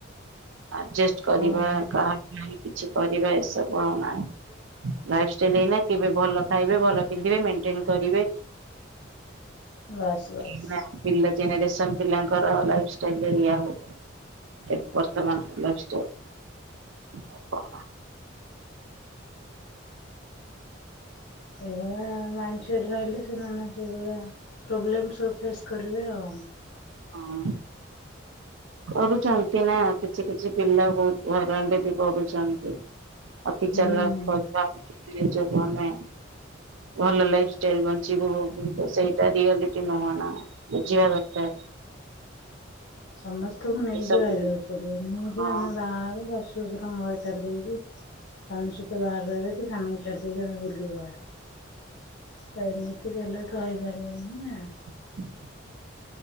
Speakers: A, on the right; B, on the left.
A: ଆର୍ଡଜେଷ୍ଟ କରିବା,
B: ହଁ ହଁ
A: କାହା ପାଇଁ କିଛି କରିବା ଏସବୁ ଆଉ ନାହିଁ। ଲାଇଫଷ୍ଟାଇଲ୍ ଏଇନା କେବେ ଭଲ ଖାଇବେ ଭଲ ପିନ୍ଧିବେ ମେଣ୍ଟେନ୍ କରିବେ
B: ବାସ୍ ବାସ୍।
A: ଏଇନା ପିଲା ଜେନେରେସନ ପିଲାଙ୍କର ଲାଇଫାଷ୍ଟାଇଲ ରେ ଏଇଆ ହଉ <unintelligible> ସେମାନଙ୍କର ଲାଇଫ ଷ୍ଟାଇଲ। ଆଉ କଣ ହଁ।
B: ସେଇଭଳିଆ ମାଇଣ୍ଡ ସେଟ ରହିଲେ, ସେମାନେ ସେଇଭଳିଆ ପ୍ରୋବ୍ଲେମ୍ ଫେସସ୍ କରିବେ ଆଉ।
A: ହଁ। କରୁଚନ୍ତି ନା କିଛି କିଛି ପିଲା ବହୁତ ହଇରାଣରେ ବି ପଡୁଚନ୍ତି। ଅତି
B: ହୁଁ।
A: ଚାଲାକ୍ କହୁଥିବା ନିଜକୁ ଆମେ ଭଲ ଲାଇଫ ଷ୍ଟାଇଲ ବଞ୍ଚିବୁ କିନ୍ତୁ ସେଇଟା ରିଆଲିଟି ନୁହଁ ନା। ବୁଝିବା ଦରକାର।
B: ସମସ୍ତଙ୍କୁ ନେଇକି
A: ଏସବୁ
B: ରହିବାକୁ ପଡିବ ନୁହେଁ
A: ହଁ
B: କି ଆମେ ବାହା ହବୁ ବାସ୍ ଦୁଇଶ ଟଙ୍କା ଘରେ ଛାଡିଦେଇକି ସ୍ବାମୀ ସହିତ ବାହାରେ ରହିବେ କି ସ୍ବାମୀ ଛାଡିଦେଇକି ଆମେ ବୁଲିବୁ ବାହାରେ ତ ଏମିତି ହେଲେ ତ ହେଇପାରିବନି ନା।
A: <unintelligible>